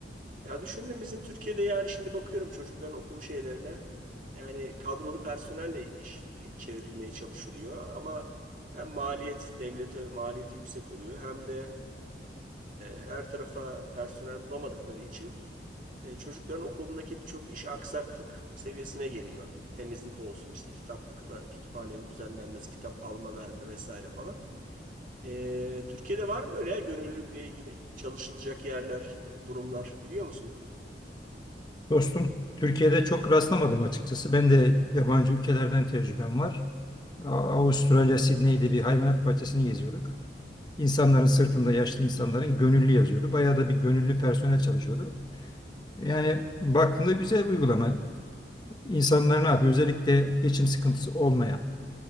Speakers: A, on the right; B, on the left.
A: Ya düşündüm bizim Türkiye'de yani şimdi bakıyorum çocukların okul şeylerine yani kadrolu personelle iş çevrilmeye çalışılıyor ama hem maliyet devlete maliyeti yüksek oluyor hem de e, her tarafa personel bulamadıkları için e, çocukların okulundaki birçok iş aksaklık seviyesine geliyor. Temizlik olsun, işte kitaplıkla, kütüphanenin düzenlenmesi, kitap alma verme vesaire falan. E, Türkiye'de var mı böyle ya gönüllülükle ilgili çalışılacak yerler, e, durumlar biliyor musun?
B: Dostum, Türkiye'de çok rastlamadım açıkçası. Ben de yabancı ülkelerden tecrübem var. A- Avustralya, Sydney'de bir hayvanat bahçesini geziyorduk. İnsanların sırtında yaşlı insanların gönüllü yazıyordu. Bayağı da bir gönüllü personel çalışıyordu. Yani baktığında güzel bir uygulama. İnsanlar ne yapıyor? Özellikle geçim sıkıntısı olmayan,